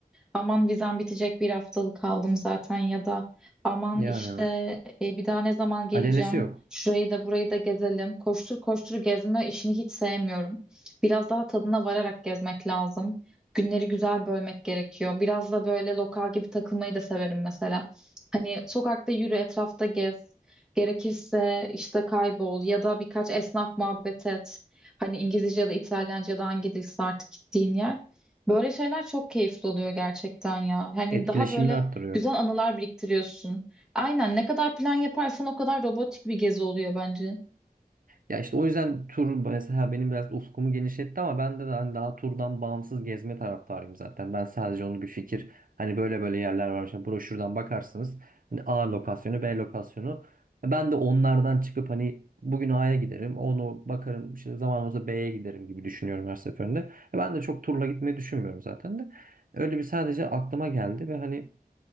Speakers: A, in the centre; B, on the right.
A: aman vizem bitecek bir haftalık kaldım zaten ya da aman
B: yani
A: işte
B: evet.
A: e, bir daha ne zaman geleceğim
B: Acelesi yok.
A: şurayı da burayı da gezelim koştur koştur gezme işini hiç sevmiyorum biraz daha tadına vararak gezmek lazım günleri güzel bölmek gerekiyor biraz da böyle lokal gibi takılmayı da severim mesela hani sokakta yürü etrafta gez gerekirse işte kaybol ya da birkaç esnaf muhabbet et Hani İngilizce ya da İtalyanca ya da hangi dilse artık gittiğin yer. Böyle şeyler çok keyifli oluyor gerçekten ya. Hani
B: Etkileşimini
A: daha böyle
B: arttırıyor.
A: güzel anılar biriktiriyorsun. Aynen ne kadar plan yaparsan o kadar robotik bir gezi oluyor bence.
B: Ya işte o yüzden tur mesela benim biraz ufkumu genişletti ama ben de hani daha turdan bağımsız gezme taraftarıyım zaten. Ben sadece onu bir fikir hani böyle böyle yerler var işte broşürden bakarsınız. Hani A lokasyonu B lokasyonu. Ben de onlardan çıkıp hani bugün A'ya giderim onu bakarım işte zaman olursa B'ye giderim gibi düşünüyorum her seferinde. E Ben de çok turla gitmeyi düşünmüyorum zaten de. Öyle bir sadece aklıma geldi ve hani